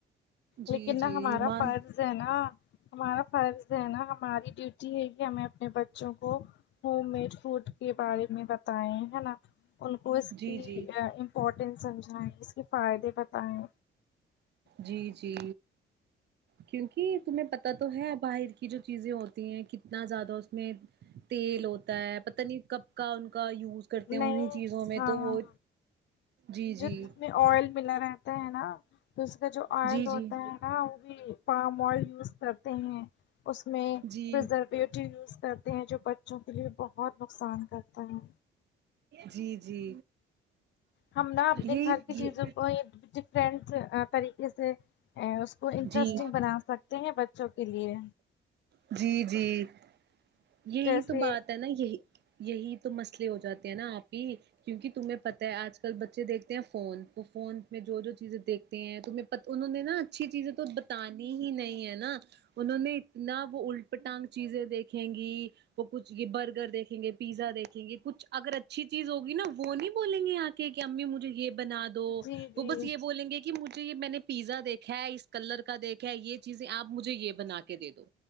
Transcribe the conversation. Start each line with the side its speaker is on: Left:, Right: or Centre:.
Right: جی
Left: لیکن
Right: جی
Left: نا ہمارا
Right: مان
Left: فرض ہے نا ہمارا فرض ہے نا ہماری ڈیوٹی ہے کہ ہمیں اپنے بچوں کو ہوم میڈ فوڈ کے بارے میں بتائیں ہے نا ان کو اس
Right: جی
Left: کی
Right: جی
Left: امپورٹینس سمجھائیں اس کے فائدے بتائیں
Right: جی جی کیونکہ تمہیں پتا تو ہے باہر کی کی جو چیزیں ہوتی ہیں کتنا زیادہ اس میں تیل ہوتا ہے پتہ نہیں کب کا ان کا یوز کرتے ہیں
Left: نہیں
Right: انہیں چیزوں میں
Left: ہاں
Right: تو وہ جی
Left: جو
Right: جی
Left: اس میں آئل ملا رہتا ہے نا تو اس کا جو آئل
Right: جی
Left: ہوتا
Right: جی
Left: ہے نا وہ بھی پام آئل یوز کرتے ہیں اس میں
Right: جی
Left: پرزرویٹ یوز کرتے ہیں جو بچوں کے لیے بہت نقصان کرتا ہے
Right: جی جی
Left: ہم نہ اپنے
Right: یہی
Left: گھر کی چیزوں کو یہ <unintelligible> اس کو انٹرسٹنگ
Right: جی
Left: بنا سکتے ہیں بچوں کے لیے
Right: جی جی یہی
Left: جیسے
Right: تو بات ہے نا یہی یہی تو مسئلے ہو جاتے ہے نا آپی کیونکہ تمہیں پتتا ہے آج کل بچے دیکھتے ہیں فون تو فون میں جو جو چیزیں دیکھتے ہیں تمہیں انہوں نے نا اچھی چیزیں تو بتانی ہی نہیں ہے نا انہوں نے اتنا وہ الٹ پٹانگ چیزیں دیکھیں گی وہ کچھ یہ برگر دیکھیں گے پیزا دیکھیں گے کچھ اگر اچھی چیز ہوگی نا وہ نہیں بولیں گے آ کے کہ کے امی مجھے یہ بنا دو
Left: جی جی
Right: وہ بس یہ بولیں گے کہ مجھے یہ میں نے پیزا دیکھا ہے اس کلر کا دیکھا ہے یہ چیزیں آپ مجھے یہ بنا کے دے دو